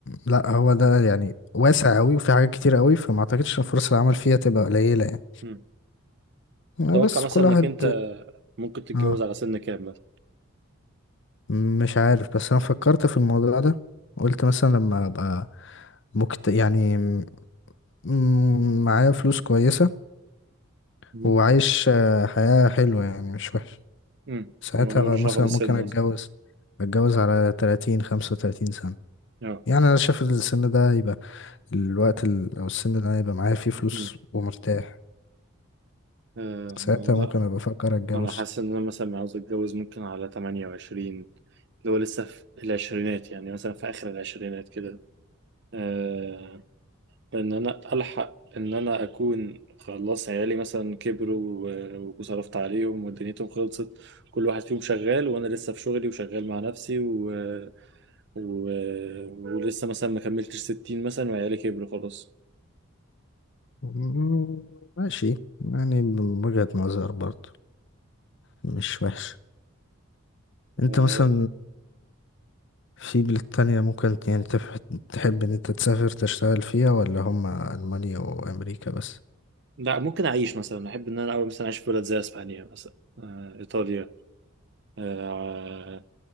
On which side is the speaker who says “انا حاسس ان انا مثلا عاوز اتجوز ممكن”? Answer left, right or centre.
Right